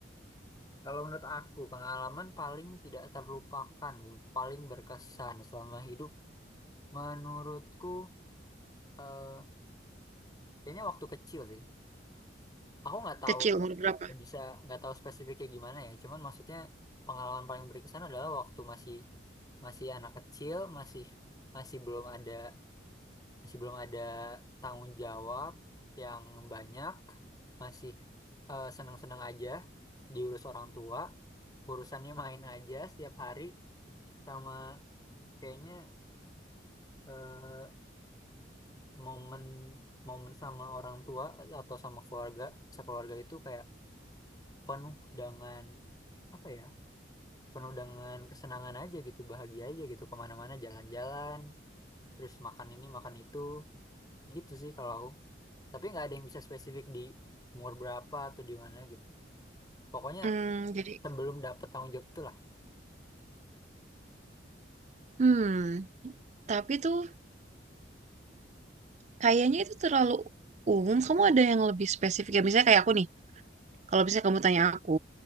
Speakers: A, on the left; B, on the right.
A: Kalau menurut aku, pengalaman paling tidak terlupakan, paling berkesan selama hidup, menurutku, eh kayaknya waktu kecil sih. Aku nggak tahu
B: Kecil, umur berapa?
A: bisa nggak tahu spesifiknya gimana ya. Cuman maksudnya pengalaman paling berkesan adalah waktu masih masih anak kecil, masih masih belum ada. masih belum ada tanggung jawab yang banyak, masih eh, senang-senang aja diurus orang tua, urusannya main aja setiap hari sama kayaknya eh, momen momen sama orang tua atau sama keluarga sekeluarga itu kayak penuh dengan apa ya penuh dengan kesenangan aja gitu bahagia aja gitu kemana-mana jalan-jalan terus makan ini makan itu gitu sih kalau aku Tapi nggak ada yang bisa spesifik di umur berapa atau di mana gitu. Pokoknya
B: Hmm, jadi,
A: sebelum dapet tanggung jawab itulah.
B: hmm, tapi tuh kayaknya itu terlalu umum. Kamu ada yang lebih spesifik? Ya, misalnya kayak aku nih, kalau misalnya kamu tanya aku,